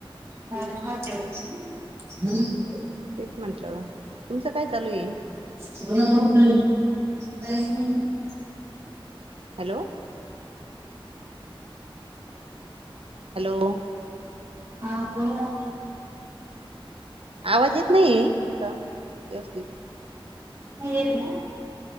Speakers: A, on the right (about 30°); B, on the right (about 80°).
A: <inaudible>
B: तेच म्हंटलं तुमचं काय चालूय.
A: ह्.
B: हॅलो. हॅलो.
A: हा बोला.
B: आवाज येत नाही तुमचा व्यवस्थित.
A: <unintelligible>